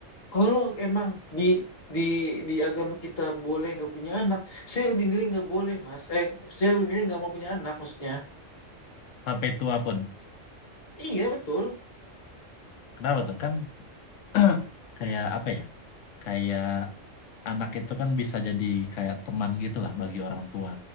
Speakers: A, on the left (about 50°); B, on the left (about 75°).
A: kalau emang di di di agama kita boleh nggak punya anak, saya lebih milih nggak boleh mas. Eh, saya lebih milih nggak mau punya anak maksudnya.
B: Sampai tua pun.
A: Iya betul.
B: Kenapa tuh? Kan <clears throat> kayak apa ya? Kayak anak itu kan bisa jadi kayak teman gitu lah bagi orang tua.